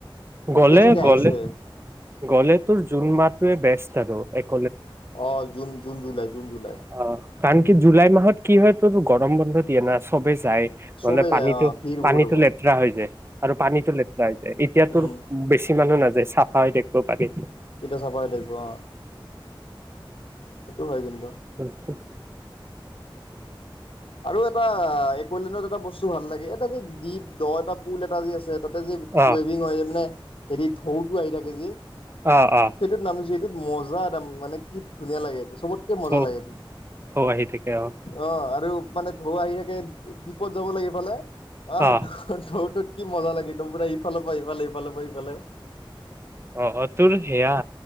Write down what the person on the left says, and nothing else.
এতিয়া চাগে
আহিছে
অ June June July June July
চবেই
যায় অঁ ভিৰ বহুত
হ'ব
উম
পতিতা চাপ থাকিব অ সেইটো হয় কিন্তু
আৰু এটা কলাণত এটা বস্তু ভাল লাগে এটা যেি দ্বীপ দ এটা পোুল এটা যি আছে তাতে যে
ৱভিং হয় মানে হেৰি ঢৌটো আহি থাকে যে
সেইটোত নামিছে এইটোত মজা দাম মানে কি ধুনীয়া লাগে এইটো চবতকে মজা
লাগেোৰ
অ আৰু মানে ঢৌ আহি থাকে দ্বীপত যাব লাগেফালে আহ
ঢৌটোত কি মজা লাগে, একদম পুৰা ইফালৰ পৰা সিফালে, সিফালৰ পৰা ইফালে